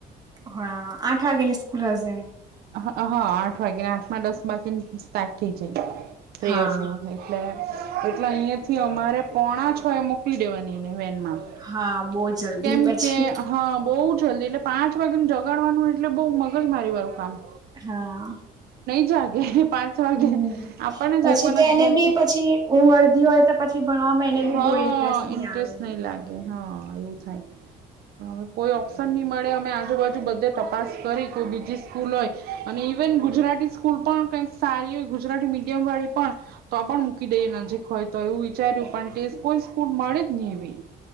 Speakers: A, on the right; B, on the right.
A: હા આઠ વાગ્યા ની સ્કૂલ હશે.
B: હા આઠ વાગ્યા ને આઠ માં દસ બાકીને સ્ટાર્ટ થઈ જાય ફિયર
A: હા
B: એટલે. એટલે અહિયાં થી અમારે પોણા છો એ મોકલી દેવાની <unintelligible>
A: હા બહુ જલ્દી
B: કેમ
A: પછી
B: કે હા બહ જ જલ્દી એટલે પાંચ વાગેનું જગાડવાનું એટલે બહુ મગજ મારીવારુકામ
A: હા.
B: <unintelligible> પાંચ વાગે
A: હમ
B: આપણને
A: પછી
B: જાગવા નથી
A: તેને
B: ગમતું
A: બી પછી ઊંઘ અડધી હોય તો પછી ભણવામાં એને બી
B: હ હ
A: બહુ ઇન્ટરેસ્ટ નહી
B: ઇન્ટન્ટરેસ્ટ
A: આવે.
B: નહીં લાગે હ હ એવું થાય હવે કોઈ ઓપ્શન નહી મળે અમે આજુબાજુ બધે તપાસ કરી કોઈ બીજી સ્કૂલ હોય અને ઇવન ગુજરાતી સ્કૂલ પણ કંઈક સારી હોય ગુજરાતી મીડિયમ વાળી પણ તો પણ મૂકી દઈએ નજીક હોય તો એવું વિચાર્યું પણ કોઈ તે સ્કૂલ મળી જ નહીં એવી